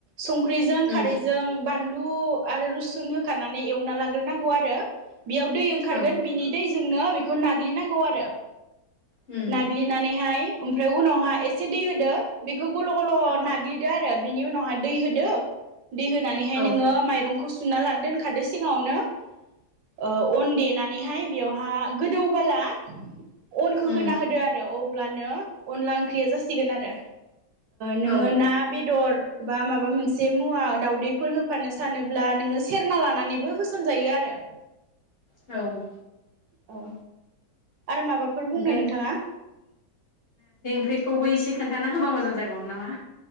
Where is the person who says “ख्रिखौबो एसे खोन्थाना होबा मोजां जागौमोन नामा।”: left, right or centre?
Left